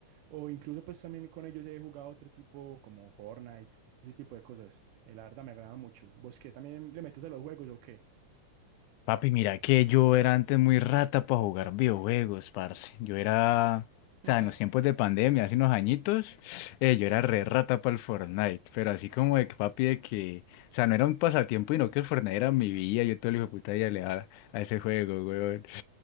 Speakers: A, on the right; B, on the left.
A: O incluso pues también con ellos he jugado otro tipo como Fortnite, ese tipo de cosas. Eh, la verdad me agrada mucho. ¿Vos qué? ¿También le metes a los juegos o qué?
B: Papi, mira que yo era antes muy rata para jugar videojuegos, parce. Yo era, o
A: <laughs>
B: sea, en los tiempos de pandemia, hace unos añitos, eh, yo era re rata para el Fortnite. Pero así como de que, papi, de que, o sea, no era un pasatiempo, sino que el Fortnite era mi vida. Yo todo el hijo de puta día le daba a ese juego, weón.